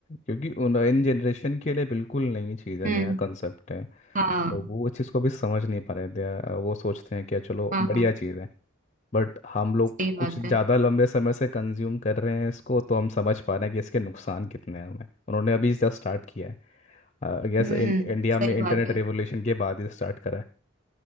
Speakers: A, on the left (about 35°); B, on the right (about 40°).
A: क्योंकि उन इन जनरेशन के लिए बिल्कुल नई चीज़ है
B: हम्म
A: नया कंसेप्ट है
B: हाँ
A: तो वो इस चीज़ को भी समझ नहीं पा रहे थे अ, वो सोचते हैं कि चलो
B: हाँ
A: बढ़िया
B: हाँ
A: चीज़ है बट हम लोग
B: सही बात
A: कुछ ज़्यादा
B: है
A: लंबे समय से कंज्यूम कर रहे हैं इसको तो हम समझ पा रहे हैं कि इसके नुकसान कितने हैं हमें उन्होंने अभी जस्ट स्टार्ट किया है आई गेस
B: हम्म
A: इंडिया
B: हम्म, सही
A: में
B: बात
A: इंटरनेट
B: है
A: रेवोल्यूशन के बाद ही स्टार्ट करा है